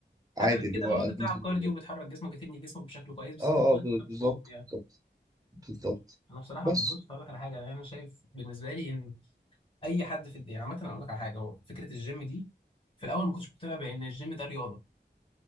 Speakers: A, on the right; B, on the left.
A: عادي
B: حاجه بقى
A: اللي
B: كده
A: هو
B: لو
A: انزل
B: انت بتلعب كارديو
A: و-
B: وبتحرك جسمك بتبني جسمك بشكل كويس بس
A: اه اه
B: انت
A: بالظبط
B: مش اوفر يعني
A: بالظبط بالظبط
B: انا بصراحه
A: بس
B: ببص اقول لك على حاجه انا شايف بالنسبه لي ان اي حد في الدنيا عامه اقول لك على حاجه هو فكره الجيم دي في الاول ما كنتش مقتنع بان الجيم ده رياضه